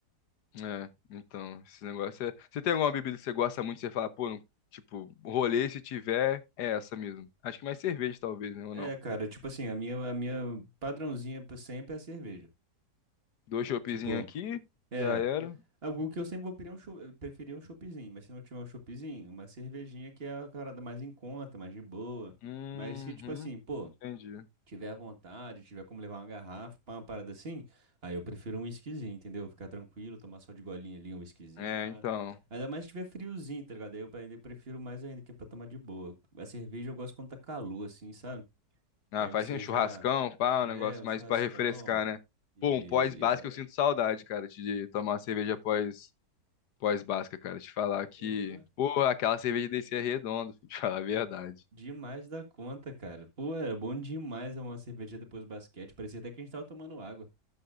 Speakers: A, on the left; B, on the right.
A: É, então, esse negócio é. Você tem alguma bebida que você gosta muito, você fala, pô, não- tipo, rolê se tiver, é essa mesmo. Acho que mais cerveja, talvez, né? Ou
B: É,
A: não?
B: cara, tipo assim, a minha, a minha padrãozinha pra sempre é a cerveja.
A: Dois choppzinhos
B: Tipo,
A: aqui,
B: é,
A: já era.
B: algo que eu sempre vou preferir um, cho- eu preferia um choppzinho, mas se não tiver um choppzinho, uma cervejinha que é a parada mais em conta, mais de boa.
A: Uhum,
B: Mas se, tipo assim, pô,
A: entendi.
B: tiver à vontade, tiver como levar uma garrafa pra uma parada assim, aí eu prefiro um whiskyzinho, entendeu? Ficar tranquilo, tomar só de golinha ali um whiskyzinho,
A: É,
B: pá.
A: então.
B: Ainda mais se tiver friozinho, tá ligado? Aí eu ainda prefiro mais ainda, que é pra tomar de boa. A cerveja eu gosto quando tá calor, assim, sabe?
A: Ah,
B: Que aí
A: faz
B: você
A: um churrascão,
B: já.
A: pá,
B: É,
A: um negócio
B: um
A: mais
B: churrascão.
A: pra refrescar, né?
B: E,
A: Pô, um pós-basca
B: e a galera.
A: eu sinto saudade, cara, de tomar uma cerveja pós, pós-basca, cara. Te falar que,
B: Ô.
A: pô, aquela cerveja desse é redondo, filho, <laughs> te falar a verdade.
B: Demais da conta, cara. Pô, era bom demais uma cerveja depois do basquete. Parecia até que a gente tava tomando água.